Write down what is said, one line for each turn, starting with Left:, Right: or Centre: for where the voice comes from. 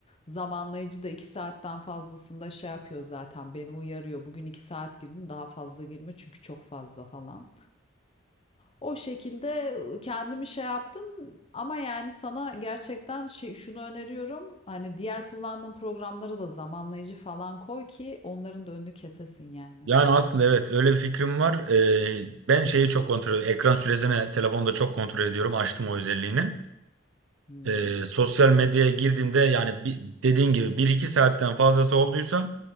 Left: Zamanlayıcı da 2 saatten fazlasında şey yapıyor zaten beni uyarıyor. Bugün 2 saat girdin daha fazla girme çünkü çok fazla falan. O şekilde kendimi şey yaptım ama yani sana gerçekten şey şunu öneriyorum. Hani diğer kullandığın programlara da zamanlayıcı falan koy ki onların da önünü kesesin yani.
Right: Yani aslında evet öyle bir fikrim var. Ee, ben şeyi çok kontrol ekran süresini telefonda çok kontrol ediyorum. Açtım o özelliğini.
Left: Hmm.
Right: Ee, sosyal medyaya girdiğimde yani bir, dediğin gibi bir iki saatten fazlası olduysa